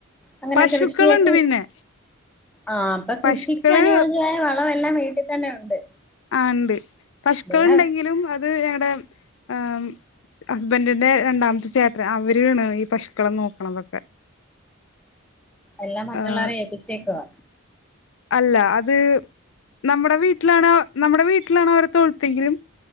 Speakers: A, in the centre; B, on the left.
A: അങ്ങനെ
B: പശുക്കളുണ്ട്
A: കൃഷിയായിട്ട്
B: പിന്നെ
A: ആ അപ്പൊ കൃഷിക്ക്
B: പശുക്കള്
A: അനുയോജ്യമായ വളംല്ലാം വീട്ടിൽ തന്നെ ഉണ്ട്.
B: ആണ്ട് പഷുക്കള
A: ഇതെല്ലാം
B: ഉണ്ടെങ്കിലും അത് ഞങ്ങളടെ ആ ഹസ്ബൻഡിന്റെ രണ്ടാമത്തെ ചേട്ടൻ അവരണ് ഈ പശുക്കളെ നോക്കണതൊക്കെ
A: എല്ലാം മറ്റുള്ളവരെ
B: ആഹ്
A: ഏപ്പിച്ചേക്കവാ
B: അല്ല അത് നമ്മുടെ വീട്ട വീട്ടിലണോ നമ്മുടെ വീട്ടിലാണോ അവരെ തൊഴുത്തെങ്കിലും